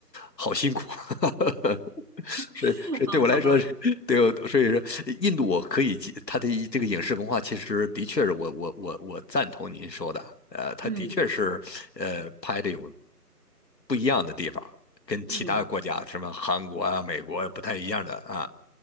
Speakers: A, on the left; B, on the right.
A: 好辛苦，<laughs> 所以所以对我来说，
B: <laughs> 啊，好吧，
A: 对我，所以说印度我可以接，它的这个影视文化其实的确是我我我我赞同您说的，呃，它的确是呃拍的有
B: 嗯
A: 不一样的地方。跟其他的国家，
B: 嗯
A: 什么韩国啊、美国啊不太一样的啊